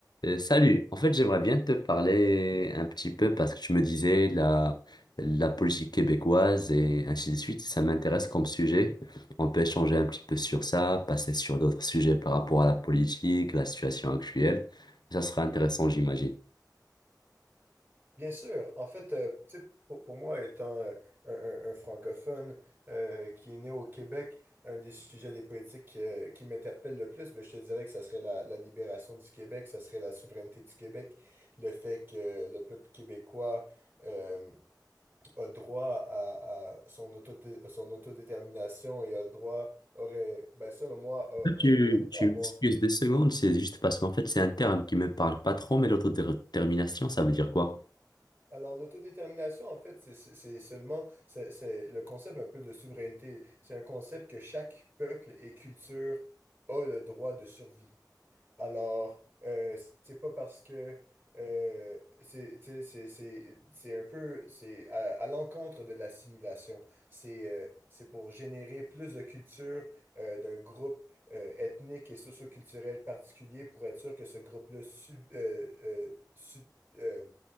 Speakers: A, on the left; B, on the right.
A: Euh, salut, en fait j'aimerais bien te parler un petit peu parce que tu me disais la, la politique québécoise et ainsi de suite, ça m'intéresse comme sujet. On peut échanger un petit peu sur ça, passer sur d'autres sujets par rapport à la politique, la situation actuelle. Ça serait intéressant, j'imagine.
B: Bien sûr. En fait, euh, tu sais, pour, pour moi, étant euh, un, un- un francophone euh, qui est né au Québec, un des sujets des politiques euh, qui m'interpelle le plus, ben, je te dirais que ça serait la, la libération du Québec, ça serait la souveraineté du Québec, le fait que le peuple québécois euh, a droit à, à son auto son autodétermination et a le droit, aurait, ben, selon moi, a-
A: Tu,
B: a- devrait
A: tu
B: avoir
A: m'excuses deux secondes, c'est juste parce qu'en fait c'est un terme qui me parle pas trop, mais l'autodétermination, ça veut dire quoi?
B: Alors, l'autodétermination, en fait, c'est c'est- c'est seulement c'est c'est le concept un peu de souveraineté. C'est un concept que chaque peuple et culture a le droit de survie. Alors, euh, c'est pas parce que euh, c'est tu sais, c'est c'est- c'est un peu c'est à, à l'encontre de l'assimilation. C'est euh, c'est pour générer plus de culture euh, d'un groupe euh, ethnique et socioculturel particulier pour être sûr que ce groupe-là sub- euh, euh, sub- euh,